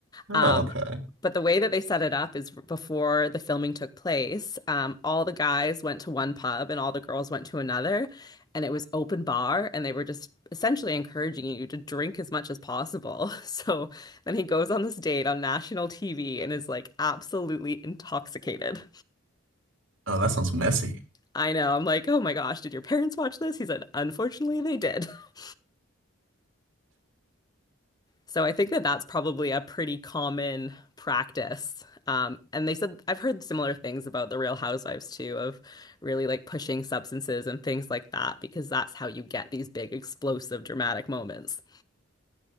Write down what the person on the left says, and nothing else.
Um,
but the way that they set it up is before the filming took place, um, all the guys went to one pub and all the girls went to another, and it was open bar, and they were just essentially encouraging you to drink as much as possible. <laughs> So then he goes on this date on national TV and is like absolutely intoxicated.
I know. I'm like, oh my gosh, did your parents watch this? He said, unfortunately, they did. <laughs> So I think that that's probably a pretty common practice. Um, and they said, I've heard similar things about the Real Housewives too, of really like pushing substances and things like that, because that's how you get these big, explosive, dramatic moments.